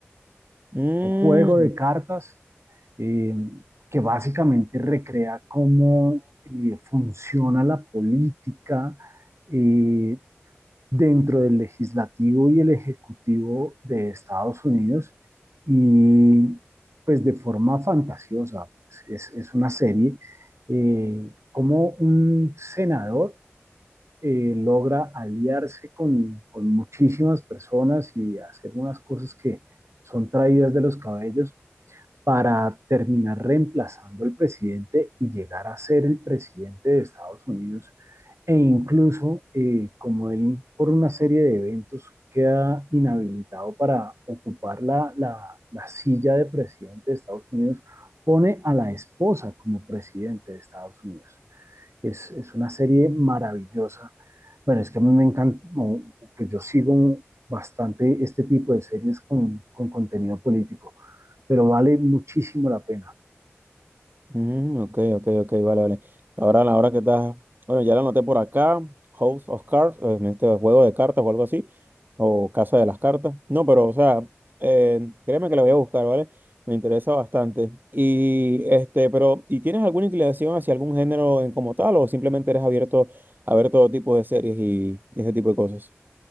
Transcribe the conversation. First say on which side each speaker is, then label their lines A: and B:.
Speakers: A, on the right; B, on the right.
A: Mm,
B: o juego de cartas, eh, que básicamente recrea cómo eh, funciona la política, eh, dentro del legislativo y el ejecutivo de Estados Unidos y pues de forma fantasiosa, es, es una serie, eh, como un senador eh, logra aliarse con, con muchísimas personas y hacer unas cosas que son traídas de los cabellos para terminar reemplazando al presidente y llegar a ser el presidente de Estados Unidos. E incluso, eh, como él por una serie de eventos queda inhabilitado para ocupar la, la, la silla de presidente de Estados Unidos, pone a la esposa como presidente de Estados Unidos. Es, es una serie maravillosa. Bueno, es que a mí me encanta, no, que yo sigo bastante este tipo de series con, con contenido político pero vale muchísimo la pena.
A: mm, ok, ok, ok, vale, vale. Ahora, la hora que estás. Bueno, ya la anoté por acá. House of Cards, eh, este juego de cartas o algo así. O Casa de las Cartas. No, pero, o sea, eh, créeme que la voy a buscar, ¿vale? Me interesa bastante. Y, este, pero, ¿y tienes alguna inclinación hacia algún género en como tal o simplemente eres abierto a ver todo tipo de series y, ese tipo de cosas?